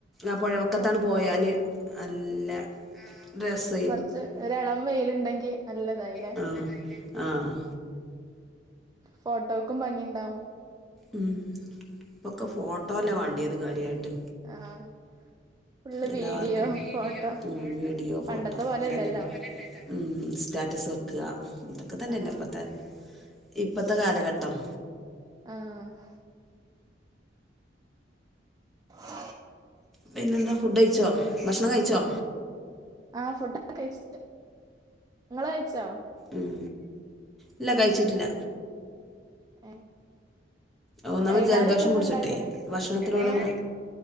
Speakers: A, in the centre; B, on the right.
A: ആപ്പൊഴ വക്കത്താണ്
B: ആ
A: പോയാല് നല്ല രസായി
B: കൊറച്ച് ഒര് എളം വെയില് ഉണ്ടെങ്കി നല്ലതായില്ലെ
A: സുഖായില്ലേ ആഹ്
B: ഫോട്ടോക്കും ഭംഗിയുണ്ടാവും
A: ഉം ഇപ്പൊക്കെ ഫോട്ടോ അല്ലേ വേണ്ടിയത് കാര്യയായിട്ട്
B: ആഹ് ഫുള്ള്
A: എല്ലാർക്കും
B: വീഡിയോ ഫോട്ടോ
A: ഉം വീഡിയോ ഫോട്ടോ
B: പണ്ടത്തെ പോലെല്ലല്ലോ
A: ഇത് തന്നെ ഉം സ്റ്റാറ്റസ് വെക്കുക ഇതൊക്കെ തന്നെ
B: ആഹ്
A: അല്ലെ ഇപ്പത്തെ ഇപ്പൊത്തെ കാലഘട്ടം
B: ആഹ് <unintelligible>
A: പിന്നെന്താ ഫുഡ് കഴിച്ചോ ഭക്ഷണം കഴിച്ചോ
B: ആഹ് ഫുഡ്‌ഒക്കെ കഴിച്ച് നിങ്ങള് കഴിച്ചോ
A: ഉം ഇല്ല കഴിച്ചിട്ടില്ല
B: ഏഹ്
A: ഒന്നാമത്
B: വൈന്നേരൊക്കെ
A: ജലദോഷം
B: എന്താ
A: പിടിച്ചിട്ടെ
B: ഇണ്ടാക്കല്
A: ഭക്ഷണത്തിനോടൊന്ന്
B: ഏഹ്